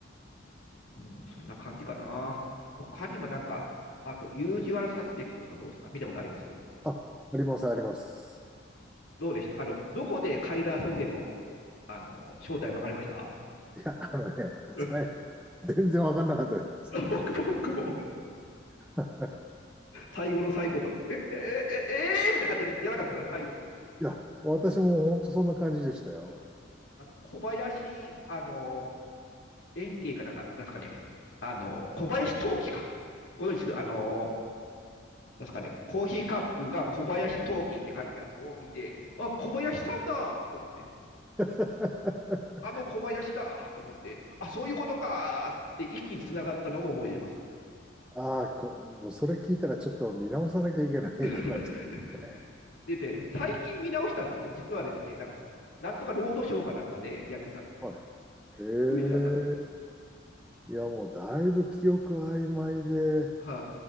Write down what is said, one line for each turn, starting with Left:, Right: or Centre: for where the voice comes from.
Left: うん、そんな感じかな。他にもなんか、あと、ユージュアルサスペクトとかどうですか見たことあります
Centre: あ、あります、あります。
Left: どうでしたあの、どこでカイザー・ソゼの、あの、正体分かりました
Centre: いや、あのね、<laughs> さい
Left: うん
Centre: 全然わかんなかったです。
Left: <laughs> 僕も僕も、
Centre: <laughs>
Left: 最後の最後まで、え、え、え、え、えー、みたいな感じで、やらなかったですね、最後の。
Centre: いや、私も本当そんな感じでしたよ。
Left: うん、あの、小林、あの、園芸かなんか、なんですかね、あの、小林陶器か。ご存知ですあの、なんですかね、コーヒーカップが小林陶器って書いてあるのを見て、あ、小林さんだと思って。
Centre: <laughs>
Left: あの小林だと思って、あ、そういうことかって一気に繋がったのを思い出ます。
Centre: ああ、こ、もうそれ聞いたらちょっと見直さなきゃいけないかなって。
Left: <laughs>
Centre: ね
Left: でね、最近見直したんですよ。実はですね、なんか、なんとかロードショーかなんかでやってたんですよ。
Centre: はい。
Left: 冬はサスペクトが。
Centre: ええいや、もうだいぶ記憶曖昧で、
Left: は